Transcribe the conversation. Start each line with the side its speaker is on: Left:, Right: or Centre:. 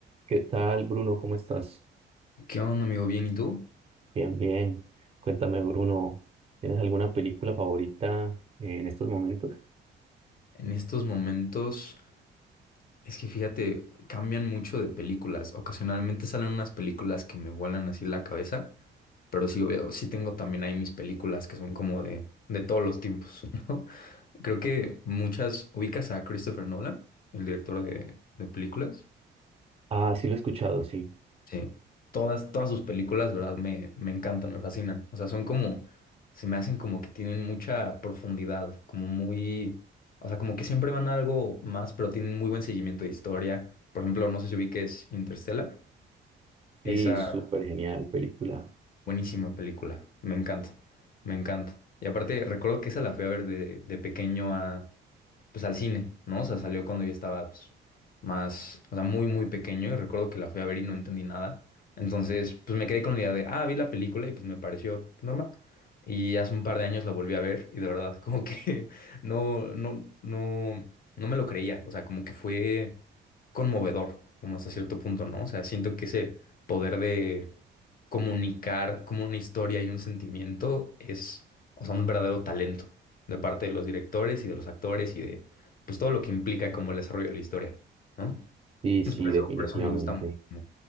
Right: ¿Qué tal, Bruno? ¿Cómo estás?
Left: ¿Qué onda, amigo? Bien, ¿y tú?
Right: Bien, bien. Cuéntame, Bruno, ¿tienes alguna película favorita en estos momentos?
Left: En estos momentos, es que fíjate, cambian mucho de películas. Ocasionalmente salen unas películas que me vuelan así la cabeza, pero sí, obvio, sí tengo también ahí mis películas que son como de, de todos los tiempos, <laughs> ¿no? Creo que muchas ubicas a Christopher Nolan, el director de, de películas.
Right: Ah, sí, lo he escuchado, sí.
Left: Sí, todas, todas sus películas, ¿verdad? Me, me encantan, me fascinan. O sea, son como, se me hacen como que tienen mucha profundidad, como muy, o sea, como que siempre van a algo más, pero tienen muy buen seguimiento de historia. Por ejemplo, no sé si ubiques Interstellar,
Right: Sí,
Left: esa
Right: súper genial película.
Left: buenísima película, me encanta, me encanta. Y aparte, recuerdo que esa la fui a ver de, de pequeño a, pues al cine, ¿no? O sea, salió cuando yo estaba pues, más, o sea, muy, muy pequeño y recuerdo que la fui a ver y no entendí nada. Entonces, pues me quedé con la idea de, ah, vi la película y pues me pareció normal. Y hace un par de años la volví a ver y de verdad como que <laughs> no, no, no, no me lo creía. O sea, como que fue conmovedor, como hasta cierto punto, ¿no? O sea, siento que ese poder de comunicar como una historia y un sentimiento es, o sea, un verdadero talento de parte de los directores y de los actores y de pues todo lo que implica como el desarrollo de la historia, ¿no?
Right: Sí,
Left: Entonces,
Right: sí,
Left: por
Right: definitivamente.
Left: eso, por eso me gusta muchísimo.